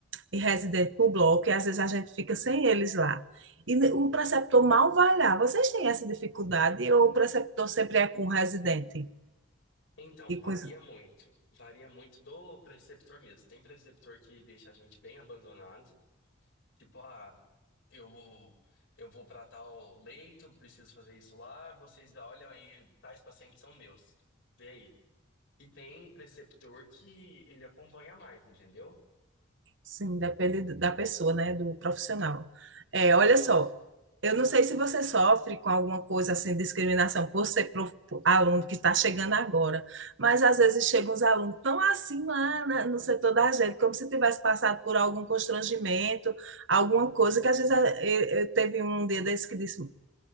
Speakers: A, on the right (about 70°); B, on the left (about 75°).
A: e residente para o bloco, e às vezes a gente fica sem eles lá. E o preceptor mal vai lá. Vocês têm essa dificuldade ou o preceptor sempre é com o residente
B: Então,
A: e
B: varia
A: com os
B: muito. Varia muito do preceptor mesmo. Tem preceptor que deixa a gente bem abandonado. Tipo, ah, Eu vou, eu vou para tal leito, preciso fazer isso lá. Vocês olham aí, tais pacientes são meus. Vê aí. E tem preceptor que ele acompanha mais, entendeu?
A: Sim, depende do- da pessoa, né? Do profissional. É,
B: Exato.
A: olha só, eu não sei se você sofre com alguma coisa assim, discriminação por ser prof- aluno que está chegando agora, mas às vezes chegam uns alunos tão assim lá na- no setor da gente, como se tivesse passado por algum constrangimento, alguma coisa que às vezes a- eu, eu teve um dia desse que disse